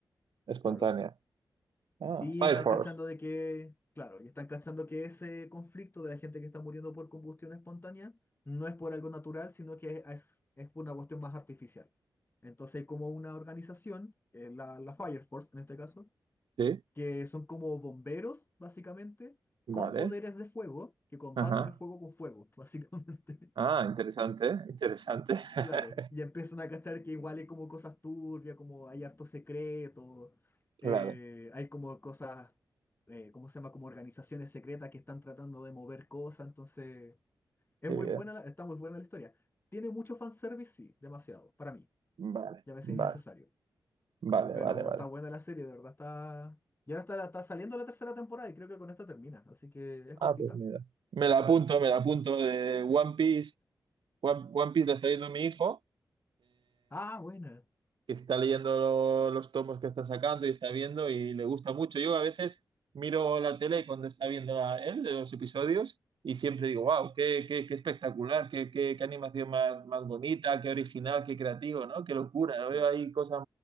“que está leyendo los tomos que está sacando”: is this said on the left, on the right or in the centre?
Right